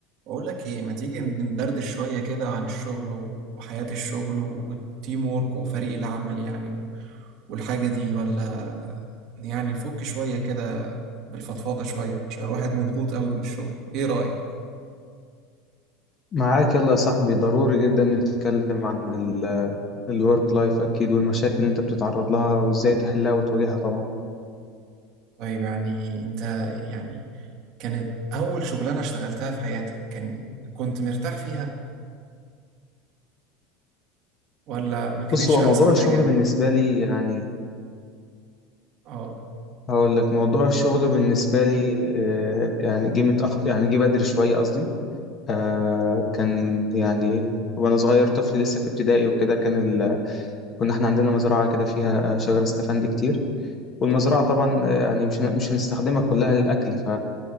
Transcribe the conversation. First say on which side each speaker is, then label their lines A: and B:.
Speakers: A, on the right; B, on the left.
A: بقول لك ايه ما تيجي ندردش شوية كده عن الشغل و- وحياة الشغل و- والتيم وورك وفريق العمل يعني و- والحاجة دي ولا يعني نفك شوية كده بالفضفاضة شوية عشان الواحد مضغوط قوي من الشغل ايه رأيك
B: معاك يلا يا صاحبي ضروري جدا نتكلم عن الورك لايف اكيد والمشاكل اللي انت بتتعرض لها وازاي تحلها وتواجهها طبعا
A: طيب يعني انت يعني كانت اول شغلانة اشتغلتها في حياتك كان كنت مرتاح فيها ولا ما كانتش
B: بص هو
A: احسن
B: موضوع الشغل
A: حاجة
B: بالنسبه لي يعني
A: اه
B: هقول لك موضوع الشغل بالنسبه لي آه، يعني جه متأخر يعني جه بدري شويه قصدي آه، كان يعني وانا صغير طفل لسه في ابتدائي وكده كان ال... كنا احنا عندنا مزرعه كده فيها آه، شجر استفندي كتير والمزرعه
A: تمام
B: طبعا آه، يعني مش مش هنستخدمها كلها للاكل